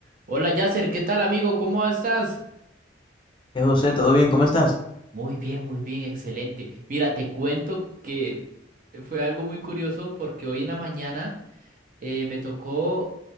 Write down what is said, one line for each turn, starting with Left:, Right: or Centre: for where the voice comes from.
Right: Hola Yasser, ¿qué tal amigo? ¿Cómo estás?
Left: Eh, José, ¿todo bien? ¿Cómo estás?
Right: Muy bien, muy bien, excelente. Mira, te cuento que fue algo muy curioso porque hoy en la mañana eh, me tocó